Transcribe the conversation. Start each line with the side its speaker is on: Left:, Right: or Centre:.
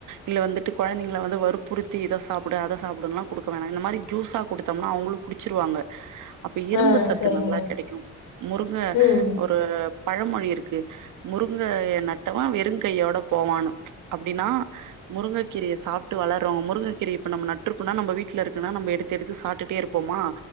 Right: இல்ல வந்துட்டு கொழந்தைங்கள வந்து வற்புறுத்தி இத சாப்டு அத சாப்பிடுன்லா குடுக்க வேணா இந்த மாரி ஜூஸா குடுத்தோம்னா அவங்களு குடிச்சிருவாங்க அப்போ இரும்பு
Left: ஆ
Right: சத்து
Left: சரிங்க
Right: நல்லா
Left: மேம்.
Right: கெடைக்கு முருங்க
Left: ம்,
Right: ஒரு பழமொழி இருக்கு முருங்கைய நட்டவே வெறுங்கையோட போவானு ச் அப்டின்னா முருங்கக் கீரய சாப்ட்டு வளர்ரோ முங்ககீரய இப்ப நம்ம நட்ருக்கோனா நம்ம வீட்ல இருக்குனா நம்ம எடுத் எடுத்து சாப்ட்டுட்டே இருப்போமா